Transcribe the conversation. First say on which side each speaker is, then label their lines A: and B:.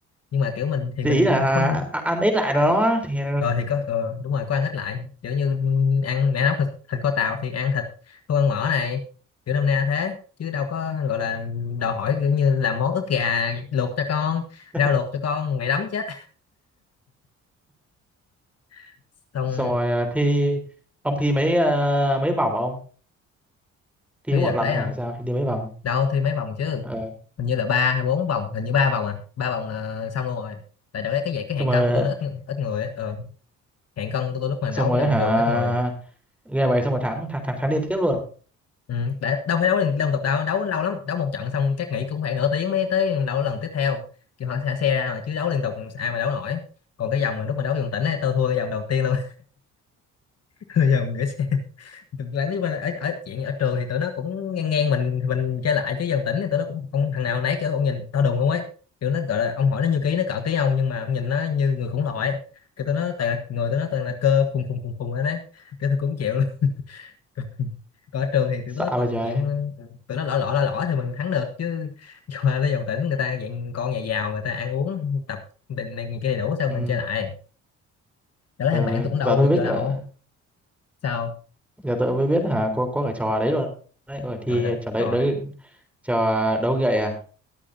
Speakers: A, on the left (about 55°); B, in the centre.
A: nhưng mà kiểu mình thì
B: Thì
A: mình
B: ý là à,
A: không
B: à, ăn ít lại đó thì
A: ờ thì có ờ, đúng rồi có ăn ít lại kiểu như ăn mẹ nấu thịt, thịt kho tàu thì ăn thịt không ăn mỡ này kiểu năm na thế chứ đâu có gọi là đòi hỏi kiểu như làm món ức gà luộc cho con
B: <laughs>
A: rau luộc cho con mày đấm chết <laughs> xong
B: xong rồi à, thi ông thi mấy ờ, mấy vòng không thi
A: thi
B: có một
A: đợt
B: lần
A: đấy
B: thôi
A: hả
B: hả hay sao Thi đi mấy vòng
A: đâu thi mấy vòng chứ
B: Ờ,
A: hình như là ba hay bốn vòng hình như ba vòng à ba vòng là xong luôn rồi tại đợt đấy cái vậy cái hạng
B: xong rồi
A: cân của tôi nó ít ít người á ờ, hạng cân của tôi lúc mà đấu
B: xong rồi
A: vòng
B: hả
A: trường ít người
B: game vậy xong rồi thắng thắng thắng, thắng liên tiếp luôn
A: Ừ, để, đâu phải đấu liên, liên tục đâu đấu lâu lắm đấu một trận xong các nghỉ cũng khoảng nửa tiếng mới tới đấu lần tiếp theo kiểu họ xe, xe ra mà chứ đấu liên tục ai mà đấu nổi còn cái vòng mà lúc mà đấu vòng tỉnh ấy, tôi thua cái vòng đầu tiên luôn <laughs> vòng gửi xe lần thứ ở, ở chuyện ở trường thì tụi nó cũng ngang ngang mình mình chơi lại chứ vòng tỉnh thì tụi nó cũng không thằng nào nấy kiểu ông nhìn tao đùng không ấy kiểu nó gọi là ông hỏi nó như ký nó cỡ ký ông nhưng mà ông nhìn nó như người khủng loại cái tụi nó toàn là người tụi nó toàn là cơ phùng phùng phùng phùng ấy đấy cái tôi cũng chịu <laughs> còn ở trường thì tụi
B: xạ
A: nó còn
B: vậy trời
A: dạng tụi nó lỏ lỏ lỏ lỏ thì mình thắng được chứ <laughs> qua tới dòng tỉnh người ta dạng con nhà giàu người ta ăn uống tập định này kia đầy đủ sao
B: ừ.
A: mình chơi lại đó là
B: ờ,
A: thằng bạn tôi cũng đâu
B: giờ tôi
A: được
B: biết
A: vô
B: cỡ-
A: đâu sao
B: giờ tôi mới biết hả có có cả trò đấy luôn đấy có cả thi
A: trời ơi
B: trò đấy
A: trò
B: đấy trò đấu gậy à